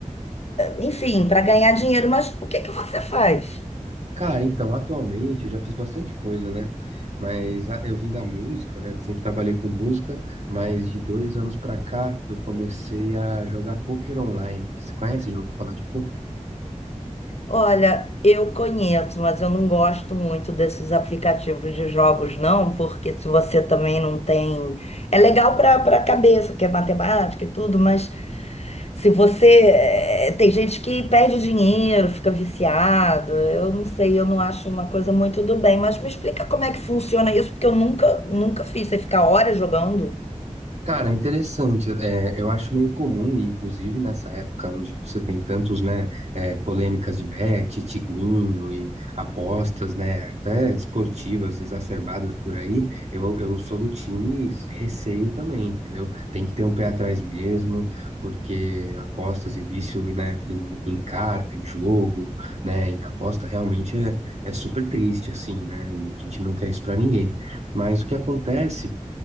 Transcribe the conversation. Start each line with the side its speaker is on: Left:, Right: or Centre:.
Left: enfim, para ganhar dinheiro. Mas o que que você faz?
Right: Cara, então, atualmente eu já fiz bastante coisa, né? Mas ah, eu vim da música, né? Sempre trabalhei com música, mas de dois anos pra cá eu comecei a jogar poker online. Você conhece? Já ouviu falar de poker?
Left: Olha, eu conheço, mas eu não gosto muito desses aplicativos de jogos, não, porque se você também não tem. É legal para para a cabeça, que é matemática e tudo, mas se você. eh, Tem gente que perde dinheiro, fica viciado. Eu não sei, eu não acho uma coisa muito do bem, mas me explica como é que funciona isso, porque eu nunca, nunca fiz. Você fica horas jogando.
Right: Cara, interessante. É, eu acho meio comum, inclusive nessa época onde você tem tantos, né, é, polêmicas de bet, tigrinho e apostas, né, até esportivas exacerbadas por aí. Eu, eu sou do time receio também, entendeu? Tem que ter um pé atrás mesmo, porque apostas e vício, né, em, em carta, em jogo, né, em aposta realmente é, é super triste, assim, né, e a gente não quer isso pra ninguém. Mas o que acontece?